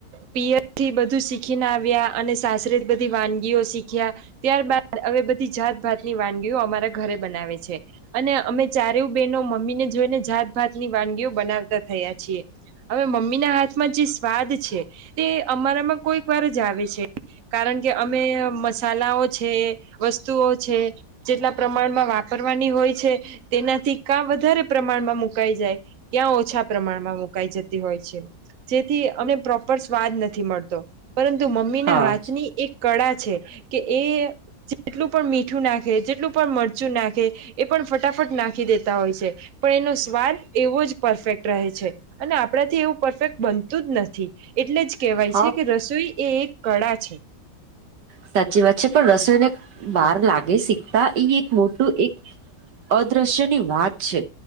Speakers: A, on the right; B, on the right.
A: પીયર થી બધું શીખીને આવ્યા અને સાસરે બધી વાનગી તેઓ શીખ્યા ત્યારબાદ હવે બધી જાતભાતની વાનગીઓ અમારા ઘરે બનાવે છે. અને અમે ચારેય બહેનો મમ્મીને જોઈને જાતભાત ની વાનગીઓ બનાવતા થયા છીએ. હવે મમ્મી ના હાથમાં જે સ્વાદ છે તે અમારામાં કોઈક વાર જ આવે છે. કારણ કે અમે મસાલા ઓ છે વસ્તુ ઓ છે જેટલા પ્રમાણમાં વાપર કરવાની હોય છે તેનાથી કા વધારે પ્રમાણમાં મુકાઈ જાય કયાં ઓછા પ્રમાણમાં મુકાઈ જતી હોય છે જેથી અમને પ્રોપ ર સ્વાદ નથી મળતો પરંતુ મમ્મીના
B: હા
A: હાથની એક કળા છે કે એ જેટલું પણ મીઠું મીઠું નાખે જેટલું પણ મરચું નાખે એ પણ ફટાફટ નાખી દે તા હોય છે પણ એનો સ્વાદ એવો જ પરફેક્ટ રહે છે -અને આપણા થી એવું પરફેક્ટ બનતું જ નથી. એટલે જ કેહેવાય
B: હા
A: છે, કે રસોઈ એ એક કળા છે.
B: સાચી વાત છે, પણ રસોઈને બહાર લાગે શીખતા ઈ એક મોટું એક અદ્રશ્યની વાત છે.